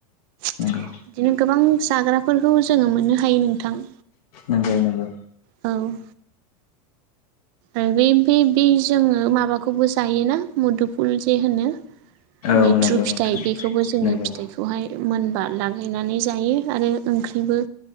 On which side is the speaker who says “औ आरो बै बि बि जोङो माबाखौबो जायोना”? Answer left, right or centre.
Right